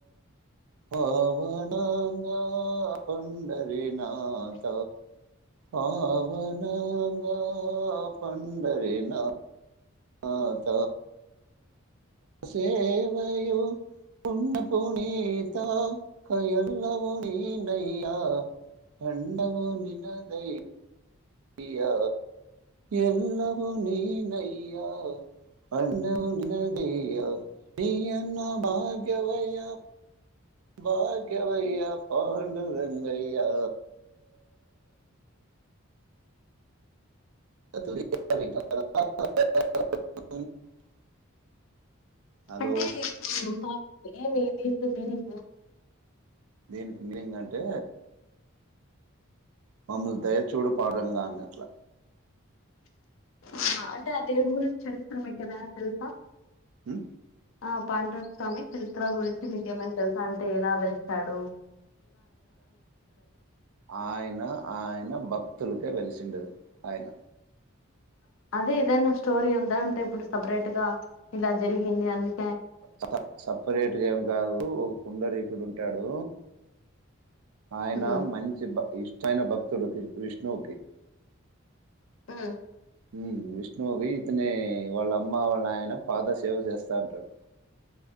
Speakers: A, on the right; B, on the left.
A: పవనంగా పండరినాథ పవనంగా పండరినాథ నాథ సేవయు పున్నఃపునీతా కయల్ళవునినయ్యా అన్నవుని నదయ అయ్యా ఎల్లవో న నయ్యా అన్నవు నిన్నదయ్యా న అన్న భగవయ భాగ్యవయ్యా పాండురంగయ్యా <inaudible> హలో
B: అంటే ఇప్పుడు <unintelligible>
A: దీనికి మీనింగ్ అంటే మమ్మలు దయచూడు పాండురంగ అన్నట్ల
B: ఆహ అంటే ఆ దేవుని గురించి చరిత్ర్రమే ఏదైనా తెలుసా
A: మ్
B: ఆ పాండురంగ స్వామి చరిత్ర గురించి మీకేమైనా తెలుసా అంటే ఎలా వెలిసాడు
A: ఆయన ఆయన భక్తుల అటే వెలిసిండు ఆయన
B: అదే ఎదన స్టోరీ ఉందా అంటే ఇప్పుడు సపరేట్ గా ఇలా జరిగింది అన్ని
A: స సపరేట్గా ఏం కాదు ఒక కుండరి ఇక్కడ ఉంటాడు. ఆయన
B: ఉమ్
A: మంచి బ ఇష్ చైన భక్తుడుకి విష్ణువుకి
B: మ్మ్
A: మ్మ్ విష్ణువుకి ఇతనే వాళ్ళ అమ్మ వాళ్ళ నాయన పాద సేవ చేస్తా ఉంటడు.